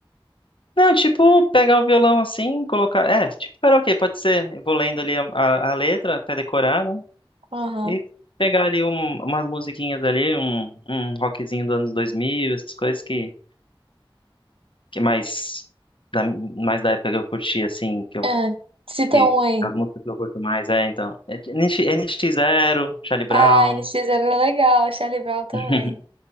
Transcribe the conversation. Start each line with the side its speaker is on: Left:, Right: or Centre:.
Left: Não, tipo, pegar o violão assim, colocar. É, tipo karaokê, pode ser. Eu vou lendo ali a, a- a letra até decorar, né?
Right: Aham.
Left: E pegar ali um- umas musiquinhas ali, um, um rockzinho dos anos 2000, essas coisas que, que mais, da, mais da época que eu curti, assim, que eu.
Right: Ah, cita
Left: Que,
Right: um aí.
Left: as músicas que eu curto mais, é, então. É, NX Zero, Charlie Brown.
Right: Ah, NX era legal, Charlie Brown também.
Left: <laughs>